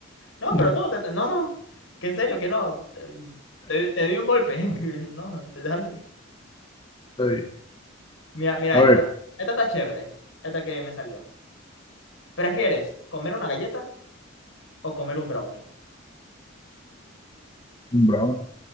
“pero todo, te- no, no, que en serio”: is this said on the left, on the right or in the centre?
Left